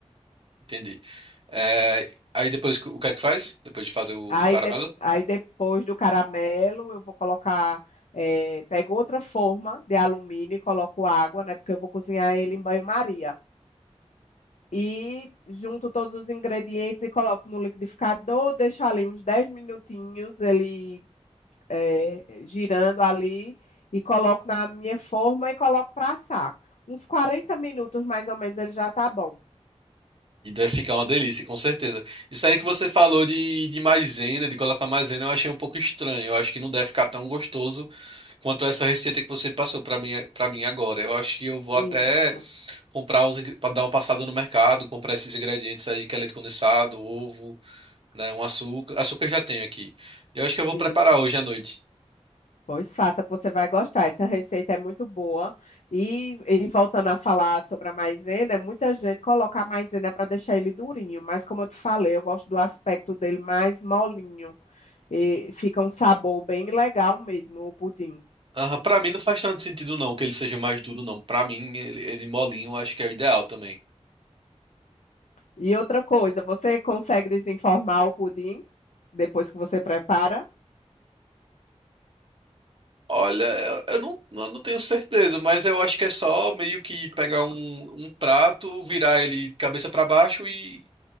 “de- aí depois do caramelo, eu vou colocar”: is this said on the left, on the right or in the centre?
Left